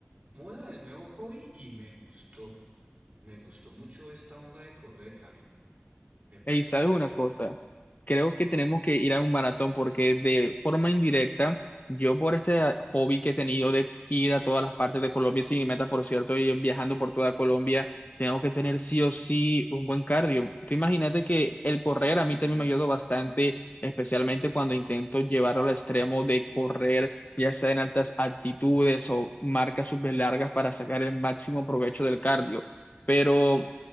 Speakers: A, on the right; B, on the left.
A: moda, el nuevo hobby y me gustó. Me gustó mucho esta onda de correr, Cami. Me parece
B: Ey, ¿sabes
A: chévere.
B: una cosa? Creo que tenemos que ir a un maratón porque de forma indirecta, yo por este hobby que he tenido de ir a todas las partes de Colombia, sin mi meta, por cierto, y viajando por toda Colombia, tengo que tener sí o sí un buen cardio. Tú imagínate que el correr a mí también me ayudó bastante, especialmente cuando intento llevarlo al extremo de correr, ya sea en altas altitudes o marcas súper largas para sacar el máximo provecho del cardio. Pero,
A: No,